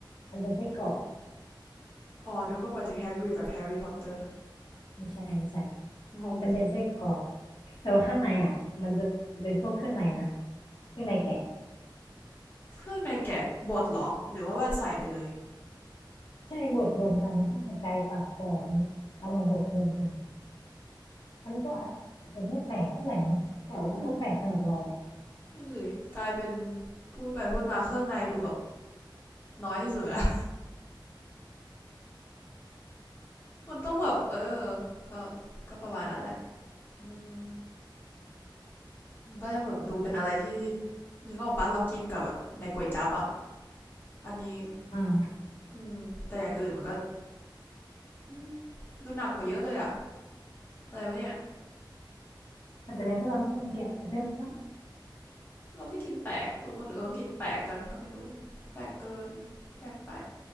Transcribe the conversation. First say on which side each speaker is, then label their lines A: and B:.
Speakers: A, on the left; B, on the left.
A: มันเป็นไส้กรอก
B: อ๋อนึกว่าหมายถึงแฮกริดแบบแฮร์รี่พอตเตอร์
A: ไม่ใช่ไม่ใช่
B: งง
A: มันเป็นไส้กรอกแต่ว่าข้างในอ่ะมันจะเป็นพวกเครื่องในนะ
B: อืม
A: เครื่องในแกะ
B: เครื่องในแกะบดเหรอหรือว่าว่าใส่ไปเลย
A: ใช่บดรวมกันพวกหัวใจตับปอดอย่างเงี้ยเอามาบดรวมกัน
B: อ๋อ
A: มันก็อาจจะไม่แปลกเท่าไหร่มั้งแต่ว่ามันก็แปลกสำหรับเราอ่ะ
B: อืม นั่นสิกลายเป็นพูดไปพูดมาเครื่องในดูแบบน้อยที่สุดแล้ว <laughs> มันต้องแบบเออก็ก็ประมาณนั้นแหละอืมมันก็ยังแบบดูเป็นอะไรที่นึกออกปะเรากินกับแบบในก๋วยจั๊บอ่ะอันนี้
A: อ่า
B: อืมแต่อย่างอื่นมันก็อืมดูหนักกว่าเยอะเลยอ่ะอะไรวะเนี่ย
A: อาจจะเป็นเพราะเราไม่กินแกะด้วยมั้ง
B: เราไม่กินแปลกคนอื่นเขากินแปลกกันก็ไม่รู้ แปลกเกินแปลกไป